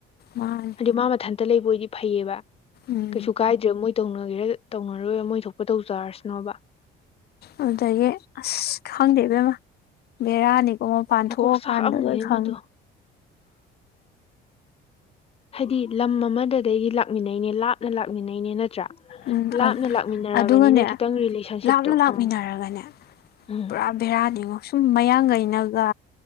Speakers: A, on the left (about 50°); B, on the left (about 30°).
A: ꯃꯥꯅꯤ
B: ꯍꯥꯏꯗꯤ ꯃꯥ ꯃꯊꯟꯇ ꯂꯩꯕ ꯑꯣꯏꯗꯤ ꯐꯩꯑꯕ
A: ꯎꯝ
B: ꯀꯩꯁꯨ ꯀꯥꯏꯗ꯭ꯔꯦ ꯃꯣꯏ ꯇꯧꯅꯒꯦꯔ ꯇꯧꯅꯔꯣꯏꯕ ꯃꯣꯏ ꯊꯣꯛꯄ ꯇꯧꯖꯔꯁꯅꯣꯕ
A: ꯑꯗꯨꯗꯒꯤ ꯑꯁ ꯈꯪꯗꯦ ꯏꯕꯦꯝꯃ ꯕꯦꯔꯥꯅꯤꯀꯣ ꯃꯄꯥꯟꯊꯣꯛꯑꯀꯥꯟꯗ
B: ꯃꯀꯣꯛ ꯆꯥꯛꯑꯝꯅꯤꯅꯦ
A: ꯂꯣꯏ ꯈꯪꯉꯤ
B: ꯃꯗꯣ ꯍꯥꯏꯗꯤ ꯂꯝ ꯑꯃꯗꯗꯗꯩꯒꯤ ꯂꯥꯛꯃꯤꯟꯅꯩꯅꯤ ꯂꯥꯞꯅ ꯂꯥꯛꯃꯤꯟꯅꯩꯅꯤ ꯅꯠꯇ꯭ꯔꯥ
A: ꯎꯝ
B: ꯂꯥꯞꯅ ꯂꯥꯛꯃꯤꯟꯅꯔꯕꯅꯤꯅ
A: ꯑꯗꯨꯒꯅꯦ
B: ꯈꯤꯇꯪ ꯔꯤꯂꯦꯁꯟꯁꯤꯞꯇꯣ
A: ꯂꯥꯞꯅ ꯂꯥꯛꯃꯤꯟꯅꯔꯒꯅꯦ
B: ꯑꯥ ꯎꯝ
A: ꯄꯨꯔꯥ ꯕꯦꯔꯥꯅꯤꯉꯣ ꯁꯨꯝ ꯃꯌꯥꯡꯒꯩꯅꯒ